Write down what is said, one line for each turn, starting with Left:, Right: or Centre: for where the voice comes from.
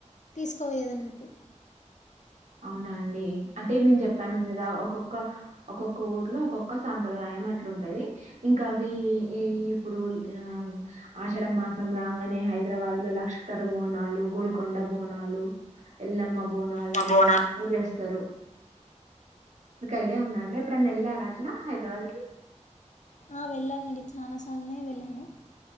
Left: తీసుకోయదన్నట్టు
Right: అవునా అండి అంటే నేను చెప్పాను కదా ఒక్కొక్క ఒక్కొక్క ఊర్లో ఒక్కొక్క సాంప్రదాయం అట్లుంటది ఇంకా అవి ఈ ఇప్పుడు ఆ ఆషాఢ మాసం రాంగానే హైదరాబాద్ లో లష్కర్ బోనాలు గోల్కొండ బోనాలు ఎల్లమ్ బోనాలని
Left: మా బోనాలు
Right: ఎస్తరు మీకు ఐడియా ఉందా అండి ఇప్పుడైనా ఎళ్ళారా అట్ల హైదరాబాద్ కి
Left: ఆ వెళ్ళానండి చానా సార్ల్నే వెళ్ళాను